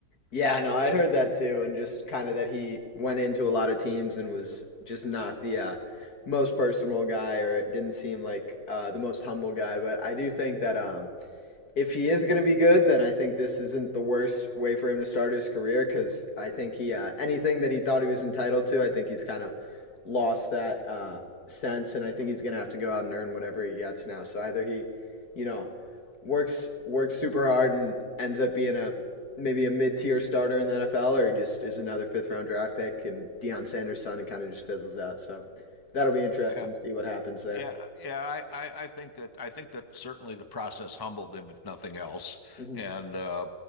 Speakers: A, on the left; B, on the left.
A: Yeah, no, I'd heard that too, and just kind of that he went into a lot of teams and was just not the uh, most personal guy, or it didn't seem like uh, the most humble guy. But I do think that um, if he is going to be good, then I think this isn't the worst way for him to start his career because I think he uh, anything that he thought he was entitled to, I think he's kind of lost that uh, sense, and I think he's going to have to go out and earn whatever he gets now. So either he, you know works works super hard and ends up being a maybe a mid tier starter in the NFL, or just is another fifth round draft pick and Deion Sanders' son and kind of just fizzles out. So that'll be interesting
B: Yeah.
A: to see what happens there.
B: Yeah, yeah, I, I, I think that I think that certainly the process humbled him, if nothing else.
A: hmm
B: And uh,